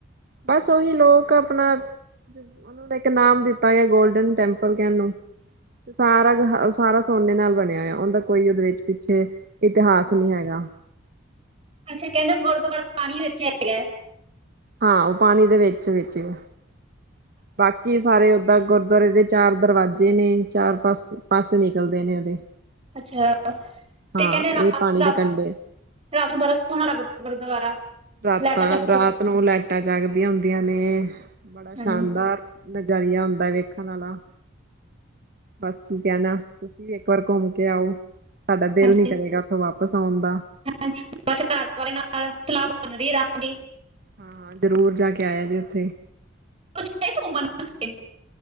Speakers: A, on the right; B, on the right.
A: ਬਸ ਉਹੀ ਲੋਕ ਆਪਣਾ ਉਹਨਾਂ ਦਾ ਇੱਕ ਨਾਮ ਦਿੱਤਾ ਗਿਆ ਗੋਲਡਨ ਟੈਂਪਲ ਕਹਿਨ ਨੂੰ ਸਾਰਾ ਸਾਰਾ ਸੋਨੇ ਨਾਲ ਬਣਿਆ ਹੋਇਆ ਉਹਦਾ ਕੋਈ ਉਹਦੇ ਵਿੱਚ ਪਿੱਛੇ ਇਤਿਹਾਸ ਨਹੀਂ ਹੈਗਾ।
B: ਅੱਛਾ। ਕਹਿੰਦੇ ਗੁਰ ਤੋਂ ਵਾਰ ਪਾਣੀ ਵਿੱਚ ਹੈਗਾ।
A: ਹਾਂ ਉਹ ਪਾਣੀ ਦੇ ਵਿੱਚ- ਵਿੱਚ ਐ। ਬਾਕੀ ਸਾਰੇ ਓਦਾਂ ਗੁਰਦੁਆਰੇ ਦੇ ਚਾਰ ਦਰਵਾਜ਼ੇ ਨੇ ਚਾਰ ਪਾਸ, ਪਾਸੇ ਨਿਕਲਦੇ ਨੇ ਉਹਦੇ
B: ਅੱਛਾ
A: ਹਾਂ
B: ਤੇ ਕਹਿੰਦੇ ਰਾਤ,
A: ਇਹ ਪਾਣੀ
B: ਰਾਤ
A: ਦੇ ਕੰਢੇ
B: ਰਾਤ ਨੂੰ ਬੜਾ ਸੋਹਣਾ ਲੱਗਦਾ ਗੁਰਦੁਆਰਾ।
A: ਰਾਤਾਂ
B: ਲਾਈਟਾਂ ਚਮਕ
A: ਰਾਤ ਨੂੰ ਲੈਟਾਂ ਜਾਗਦੀਆਂ ਹੁੰਦੀਆਂ। ਨੇ। ਬੜਾ
B: ਹਾਂਜੀ
A: ਸ਼ਾਨਦਾਰ ਲ ਜ਼ਰੀਆ ਹੁੰਦਾ ਵੇਖਣ ਵਾਲਾ ਬਸ ਕੀ ਕਹਿਣਾ। ਤੁਸੀਂ ਵੀ ਇੱਕ ਵਾਰ ਘੁੰਮ ਕੇ ਆਓ। ਤੁਹਾਡਾ ਦਿਲ
B: ਹਾਂਜੀ
A: ਨੀ ਕਰੇਗਾ, ਉੱਥੋਂ ਵਾਪਿਸ ਆਉਣ ਦਾ।
B: ਹਾਂਜੀ। ਬਸ ਘਰ ਵਾਲੇ ਨਾਲ <inaudible>
A: ਹਾਂ ਹਾਂ ਜ਼ਰੂਰ ਜਾ ਕੇ ਆਇਆ ਜੇ ਉੱਥੇ।
B: ਕੁਛ ਹੈ ਘੁਮਾਣ ਵਾਸਤੇ?